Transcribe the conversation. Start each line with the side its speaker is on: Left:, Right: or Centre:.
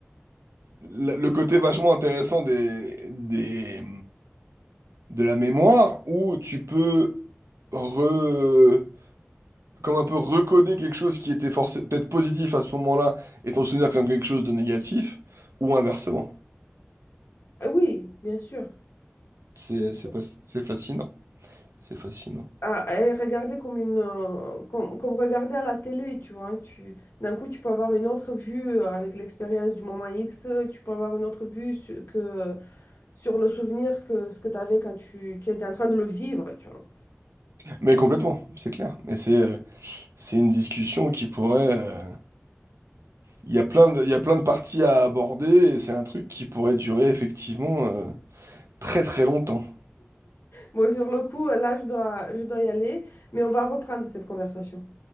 Right: la- le côté vachement intéressant des, des, de la mémoire où tu peux re... comme un peu recoder quelque chose qui était forcé- peut-être positif à ce moment-là et t'en souvenir comme quelque chose de négatif, ou inversement.
Left: Ah Oui, bien sûr.
Right: C'est
Left: Bien
Right: c'est
Left: sûr.
Right: pas... c'est fascinant. C'est fascinant.
Left: Ah, et regarder comme une euh, comme, comme regarder à la télé, tu vois. hein, Tu, d'un coup, tu peux avoir une autre vue euh, avec l'expérience du moment X, tu peux avoir une autre vue sur, que, sur le souvenir que ce que tu avais quand tu, tu étais en train de le vivre, tu vois.
Right: Mais complètement, c'est clair. Mais c'est euh, c'est une discussion qui pourrait... euh, Il y a plein de... Il y a plein de parties à aborder et c'est un truc qui pourrait durer effectivement euh, très très longtemps.
Left: Bon, sur le coup, là, je dois, je dois y aller, mais on va reprendre cette conversation.